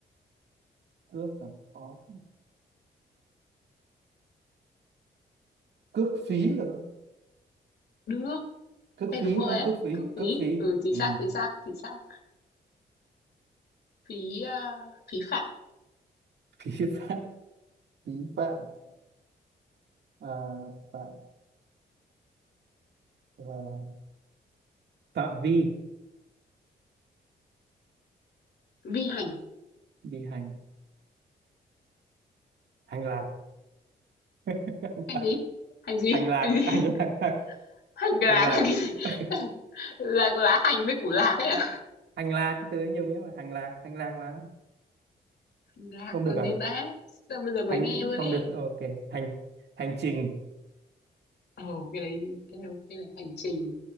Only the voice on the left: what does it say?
Đước.
Đây
đúng rồi
ấy,
cước phí.
Ừ chính
xác, chính xác, chính xác. Phí à, phí phạm,
vi hành.
Hành gì? Hành gì?
Hành gì?
<laughs>
Hành lạc
là cái gì? <laughs>
Là lá hành với củ lạc ấy à?
Hành lạc
là gì
ta? Sao bây giờ mới
nghe luôn
ấy.
Ồ, cái đấy cái này ok này, hành trình,